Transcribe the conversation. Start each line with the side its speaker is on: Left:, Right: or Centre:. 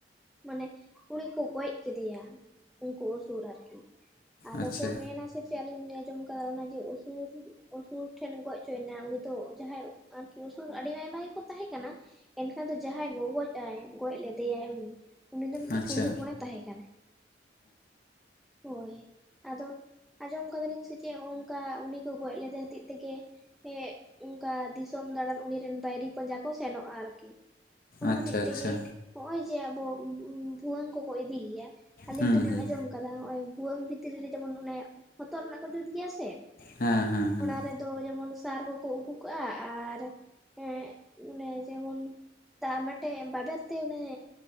Centre: ᱢᱟᱱᱮ ᱩᱱᱤ ᱠᱚ ᱜᱚᱡ ᱠᱮᱫᱮᱭᱟ ᱩᱱᱠᱩ ᱩᱥᱩᱨ ᱟᱨᱠᱤ᱾ ᱟᱫᱚ
Left: ᱟᱪᱪᱷᱟ
Centre: ᱠᱚ ᱢᱮᱱᱟ ᱥᱮ ᱪᱮᱫ ᱟᱞᱤᱧ ᱞᱤᱧ ᱟᱸᱡᱚᱢ ᱟᱠᱟᱫᱟ ᱚᱱᱟ ᱡᱮ ᱩᱥᱩᱨ ᱩᱥᱩᱨ ᱴᱷᱮᱱ ᱜᱚᱡ ᱪᱚᱭᱱᱟ ᱚᱪᱚᱭᱮᱱᱟ᱾ ᱛᱳ ᱡᱟᱦᱟᱸᱭ ᱟᱨᱠᱤ ᱩᱥᱩᱨ ᱟᱹᱰᱤ ᱟᱭᱢᱟ ᱜᱮᱠᱚ ᱛᱟᱦᱮᱸ ᱠᱟᱱᱟ᱾ ᱮᱱᱠᱷᱟᱱ ᱫᱚ ᱡᱟᱦᱟᱸᱭ ᱜᱳ ᱜᱳᱡ ᱟᱭ ᱜᱚᱡ ᱞᱮᱫᱮᱭᱟᱭ ᱩᱱᱤᱼᱼ ᱩᱱᱤ ᱫᱚ ᱢᱤᱫᱴᱤᱡ
Left: ᱟᱪᱪᱷᱟ
Centre: ᱠᱩᱲᱤ ᱦᱚᱯᱚᱱᱮ ᱛᱟᱦᱮᱸ ᱠᱟᱱᱟᱭ ᱦᱳᱭ᱾ ᱟᱫᱚ ᱟᱸᱡᱚᱢ ᱠᱟᱫᱟᱞᱤᱧ ᱥᱮ ᱪᱮᱫ ᱚᱱᱠᱟ ᱩᱱᱤ ᱠᱚ ᱜᱚᱡ ᱞᱮᱫᱮ ᱦᱚᱛᱮᱜ ᱛᱮᱜᱮ ᱮ ᱚᱝᱠᱟ ᱫᱤᱥᱚᱢ ᱫᱟᱬᱟᱱ ᱩᱱᱤ ᱨᱮᱱ ᱵᱟᱭᱨᱤ ᱯᱟᱸᱡᱟ ᱠᱚ ᱥᱮᱱᱚᱜᱼᱟ ᱟᱨᱠᱤ, ᱚᱱᱟ
Left: ᱟᱪᱪᱷᱟ
Centre: ᱦᱚᱛᱮᱜ
Left: ᱟᱪᱪᱷᱟ
Centre: ᱛᱮᱜᱮᱼᱼ ᱦᱚᱸᱜᱼᱚᱭ ᱡᱮ ᱟᱵᱚ ᱵᱷᱩᱣᱟᱹᱝ ᱠᱚᱠᱚ ᱤᱫᱤ ᱜᱮᱭᱟ ᱟᱞᱤᱧ
Left: ᱦᱩᱸ
Centre: ᱫᱚᱞᱤᱧ
Left: ᱦᱩᱸ
Centre: ᱟᱸᱡᱚᱢ ᱠᱟᱫᱟ ᱱᱚᱭ ᱵᱷᱩᱟᱹᱝ ᱵᱷᱤᱛᱨᱤ ᱨᱮ ᱡᱮᱢᱚᱱ ᱚᱱᱮ ᱦᱚᱛᱚᱫ ᱨᱮᱱᱟᱜ ᱠᱚ ᱡᱩᱛ ᱜᱮᱭᱟ ᱥᱮ
Left: ᱦᱮᱸ ᱦᱮᱸ ᱦᱮᱸ
Centre: ᱚᱱᱟ ᱨᱮᱼᱼ ᱫᱚ ᱡᱮᱢᱚᱱ ᱥᱟᱨ ᱠᱚᱠᱚ ᱩᱠᱩ ᱠᱟᱜᱼᱟ ᱟᱨ ᱮᱸ ᱚᱱᱮ ᱡᱮᱢᱚᱱᱼᱼ ᱛᱟᱨ ᱢᱮᱫᱢᱮᱡ ᱵᱟᱵᱮᱨ ᱛᱮ ᱚᱱᱤ